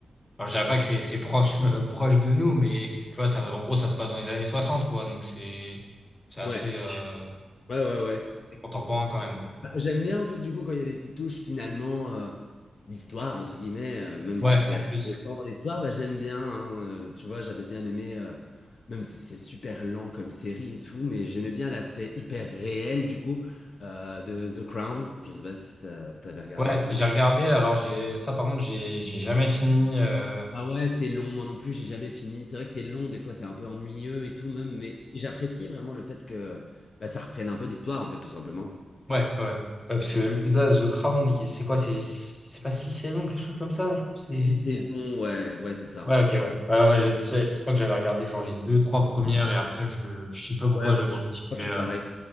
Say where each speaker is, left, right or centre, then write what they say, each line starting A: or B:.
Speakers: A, on the left; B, on the left.
A: alors, je dirais pas que c'est, c'est proche, <laughs> euh, proche de nous, mais tu vois, ça, en gros, ça se passe dans les années 60 quoi. Donc c'est, c'est assez,
B: ouais,
A: euh,
B: ouais, ouais, ouais.
A: assez contemporain quand même, quoi.
B: J'aime bien en plus du coup quand il y a des petites touches finalement euh, d'histoire entre guillemets, euh, même
A: Ouais,
B: si c'est
A: en
B: assez
A: plus.
B: récent dans l'histoire, bah, j'aime bien. hein, euh, tu vois, j'avais bien aimé, euh, même si c'est super lent comme série et tout, mais j'aimais bien l'aspect hyper réel du coup euh, de The Crown. Je sais pas si ça t'avais regardé
A: Ouais,
B: un peu.
A: j'ai regardé. Alors j'ai, ça, par contre, j'ai, j'ai jamais fini. euh,
B: Ah ouais, c'est long, moi non plus, j'ai jamais fini. C'est vrai que c'est long, des fois c'est un peu ennuyeux et tout même, mais j'appréciais vraiment le fait que bah, ça reprenne un peu l'histoire en fait tout simplement.
A: Ouais, ouais. Ouais, Parce que là, The Crown, il- c'est quoi? C'est c'est pas six saisons, quelque chose comme ça? je crois que C'est...
B: Six saisons, ouais, ouais, c'est ça.
A: Ouais, ok, ouais. Ouais, moi, j'ai- j'ai- je crois que j'avais regardé genre les deux, trois premières et après, je, je sais pas pourquoi
B: Ouais,
A: j'ai
B: bah,
A: pas
B: je
A: continué.
B: crois que je suis
A: euh.
B: pareil.